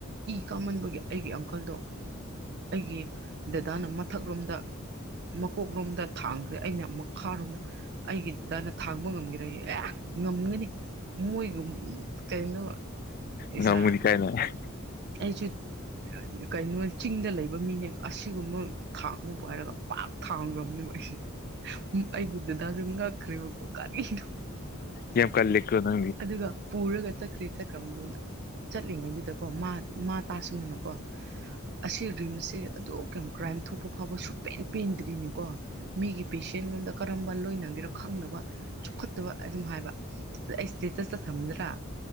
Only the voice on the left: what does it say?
ꯉꯝꯒꯅꯤ
ꯀꯥꯏꯅ ꯑꯦꯁ
ꯌꯦ ꯀꯜ ꯂꯀꯗꯦ